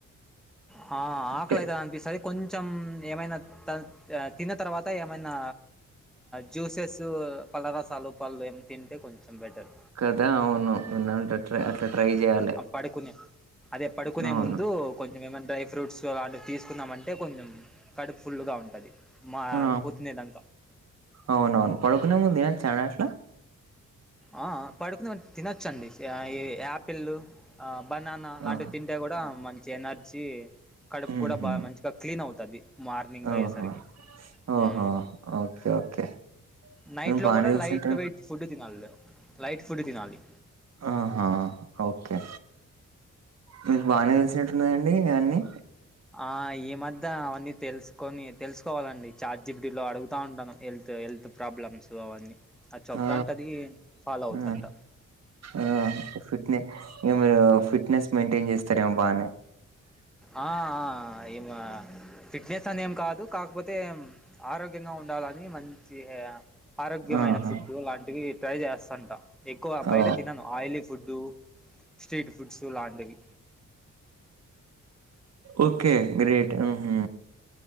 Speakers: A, in the centre; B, on the right.
A: హ
B: అంటే
A: ఆకలైతే అనిపిస్తాయి కొంచెం ఏమైనా త తిన్న తర్వాత ఏమైనా జ్యూసెస్ పళ్ల రసాలు పళ్ళు ఏమి తింటే కొంచెం బెటర్
B: కదా అవును ఉందంటేై అట్లా
A: ఉ
B: ట్రై చేయాలి
A: ఆ పడుకునే అదే పడుకునే
B: అవును
A: ముందు కొంచెం ఏమైనా డ్రై ఫ్రూట్స్ అలాంటివి తీసుకున్నామంటే కొంచెం కడుపు ఫుల్గా ఉంటది మా
B: ఆ
A: పొద్దునేదంతా
B: అవునవును పడకునే ముందు తినచ్చా అండి అట్ల
A: అ ఆ పడుకునే ముందు తినచ్చండి ఆ ఇ యాపిల్లు ఆ బనానా అలాంటివి
B: ఆ
A: తింటే కూడా మంచి ఎనర్జీ కడుపు
B: ఉహు
A: కూడా బాగా మంచిగా క్లీన్ అవుతది మార్నింగ్
B: ఓహో
A: అయ్యేసరికి
B: ఓహో
A: ఉ
B: ఓకే ఓకే
A: నైట్
B: మీకు
A: లో
B: బానే
A: కూడా
B: తెలిసినట్టు
A: లైట్ వెయిట్ ఫుడ్డు తినాల్ లైట్ ఫుడ్డు తినాలి
B: ఆహా ఓకే మీకు బానే తెలిసినట్టు ఉన్నదండి ఇవన్నీ
A: ఆ ఈ మధ్య అవన్నీ తెలుసుకొని తెలుసుకోవాలండి చాట్ జీపిటీలో అడుగుతా ఉంటాను హెల్త్ హెల్త్ ప్రాబ్లమ్స్ అవన్నీ అది చెప్తాంటది
B: ఆ
A: ఫాలో అవుతంట
B: ఆ ఆ ఫిట్నెస్ ఇంగ మీరు ఫిట్నెస్ మెయింటైన్ చేస్తారేమో బానే
A: ఆ ఆ ఇగ మా ఫిట్నెస్ అనేం కాదు కాకపోతే ఆరోగ్యంగా ఉండాలని మంచిగా ఆరోగ్యమైన
B: ఆహా
A: ఫుడ్డు అలాంటివి ట్రై చేస్తంట ఎక్కువ
B: ఆ
A: బయట తినను ఆయిలీ ఫుడ్డు స్ట్రీట్ ఫుడ్స్ లాంటివి
B: ఓకే గ్రేట్ ఉహు